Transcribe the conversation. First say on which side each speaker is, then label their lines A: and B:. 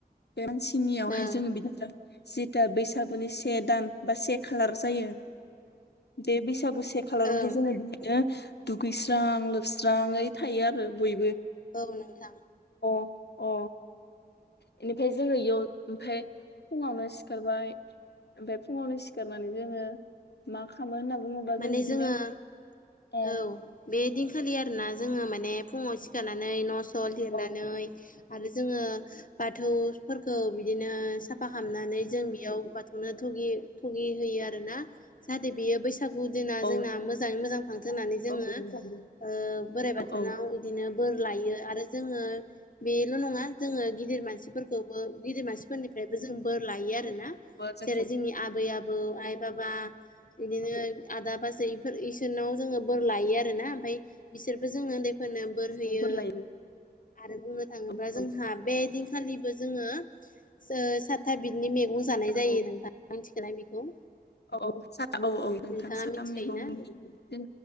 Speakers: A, on the left (about 85°); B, on the left (about 55°).
A: बे मानसिनियावहाय
B: ओं
A: जोङो बिदि जिथा बैसागुनि से दान बा से खालार जायो दे बैसागु से खालारावहाय
B: ओं
A: जोङो बिदिनो दुगैस्रां लोबस्राङै थायो आरो बयबो
B: औ नोंथां
A: अ अ बेनिफ्राय जोङो इयाव ओमफ्राय फुङावनो सिखारबाय ओमफ्राय फुङावनो सिखारनानै जोङो मा खालामो होनना बुङोब्ला
B: माने
A: जों बिदिनो
B: जोङो
A: ए
B: औ बे दिनखालि आरोना जोङो माने फुङाव सिखारनानै न' स लिरनानै
A: अ औ
B: आरो जोङो बाथौफोरखौ बिदिनो साफ फाहामनानै जों बेयाव बाथौनो थुगि होयो आरोना जाहाथे बेयो बैसागु बैसागु दिना
A: औ
B: जोंना मोजाङै मोजां थांथो होननानै जोङो
A: लायो
B: ओ बोराइ बाथोनाव
A: आरो औ
B: बिदिनो बोर लायो आरो जोङो बेल' नङा जोङो गिदिर मानसिफोरखौबो गिदिर मानसिफोरनिफ्राय जों बोर लायो आरोना
A: औ जों
B: जेरै जोंनि आबै आबौ आइ बाबा बिदिनो आदा बाजैफोर इसोरनाव जोङो बोर लायो आरो ना ओमफ्राय बिसोरबो जों उन्दैफोरनो बोर
A: मैगंफोर
B: होयो
A: लायो
B: आरो बुंनो थाङोब्ला
A: औ औ
B: जोंहा बे दि खालिबो जोङो ओ सातथा बिदनि मैगं जानाय
A: औ
B: जायो नोंथां मिथिगोना बेखौ
A: औ औ साथा औ औ नोंथां
B: नोंथाङा
A: साथाम
B: मिथिखायोना
A: मैगंनि